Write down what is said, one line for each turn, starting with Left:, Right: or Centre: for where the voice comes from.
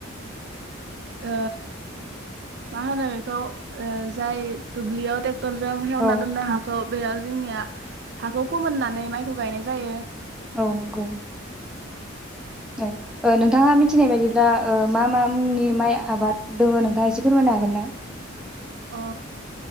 Right: ओ माहोनो बेखौ ओ जाय दुब्लियाव टेक्टरजों हेवना
Centre: औ
Right: दोननाय हाखौ बेयाव जोंनिया हाखौ फोमोननानै माइखौ गायनाय जायो।
Centre: औ नंगौ औ ओ नोंथाङा मि थिनाय बायदिब्ला ओ मा मा मुंनि माइ आबाद दोङो नोंथाङा एसे फोरमायनो हागोन ना?
Right: अ